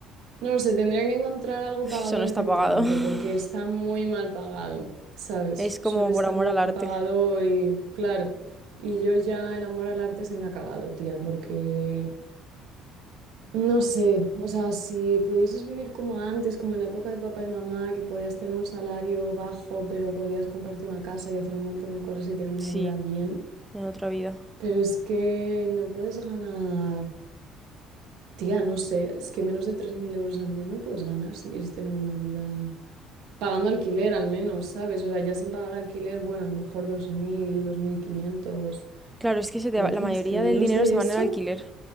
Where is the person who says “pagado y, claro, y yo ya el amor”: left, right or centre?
Right